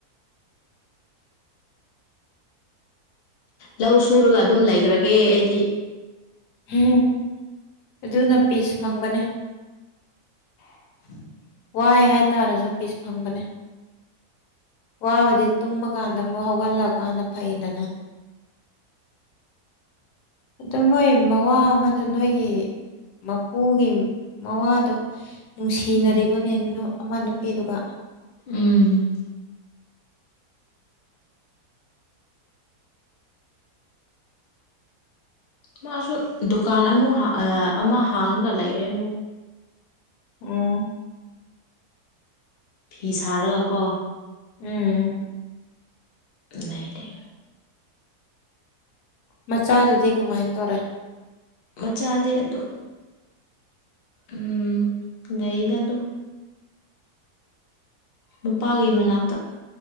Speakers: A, on the left (about 60°); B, on the left (about 85°).
A: ꯂꯧ ꯁꯨꯔꯒ ꯑꯗꯨꯝ ꯂꯩꯈ꯭ꯔꯒꯦ ꯑꯩꯗꯤ
B: ꯎꯝ ꯑꯗꯨꯅ ꯄꯤꯁ ꯐꯪꯕꯅꯦ
A: <inaudible>
B: ꯋꯥꯏ ꯍꯥꯏꯇꯥꯔꯁꯨ ꯄꯤꯁ ꯐꯪꯕꯅꯦ ꯋꯥꯕꯗꯤ ꯇꯨꯝꯃ ꯀꯥꯟꯗ ꯑꯃꯨꯛ ꯍꯧꯒꯠꯂꯛ ꯀꯥꯟꯅ ꯐꯩꯗꯅ ꯑꯗꯨ ꯃꯣꯏ ꯃꯋꯥ ꯑꯃꯗ ꯅꯣꯏꯒꯤ ꯃꯄꯨꯒꯤ ꯃꯋꯥꯗꯣ ꯅꯨꯡꯁꯤꯅꯔꯤꯕ
A: ꯎꯝ
B: ꯑꯃ ꯅꯨꯄꯤꯗꯨꯒ
A: ꯎꯝ ꯃꯥꯁꯨ ꯗꯨꯀꯥꯟ ꯑꯃꯨꯛ ꯑꯃ ꯍꯥꯡꯉꯒ ꯂꯩꯔꯦ ꯑꯃꯨꯛ
B: ꯎꯝ
A: ꯐꯤ ꯁꯥꯔꯒ ꯀꯣ
B: ꯎꯝ
A: ꯂꯩ ꯂꯩ
B: ꯃꯆꯥꯗꯨꯗꯤ ꯀꯃꯥꯏꯅ ꯇꯧꯔꯦ
A: ꯃꯆꯥꯗꯤ ꯑꯗꯨ ꯎꯝ ꯂꯩꯗ ꯑꯗꯨꯝ ꯅꯨꯄꯥꯒꯤ ꯃꯅꯥꯛꯇ